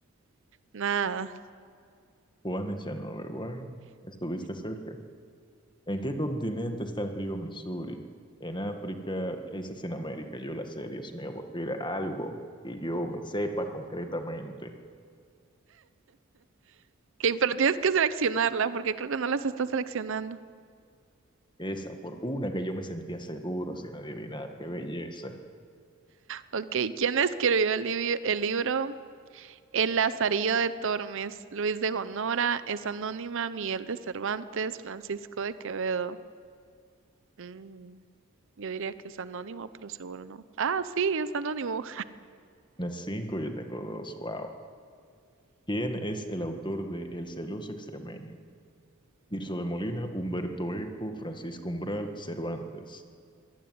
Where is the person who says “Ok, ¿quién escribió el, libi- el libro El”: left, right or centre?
Right